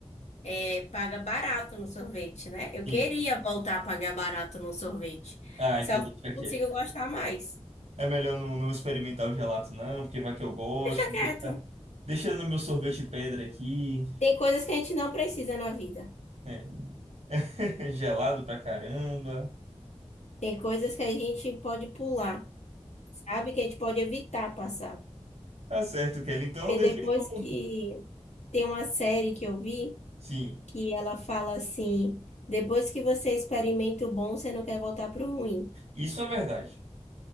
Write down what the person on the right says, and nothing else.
sim.
Ah,
então deixa
quieto.
É melhor não, não experimentar o gelato, não, porque vai que eu gosto.
Deixa,
deixa no meu sorvete pedra aqui.
É, <laughs> gelado pra caramba.
Tá certo, Kelly. Então,
eu desejo.
um-
Sim,
isso é verdade.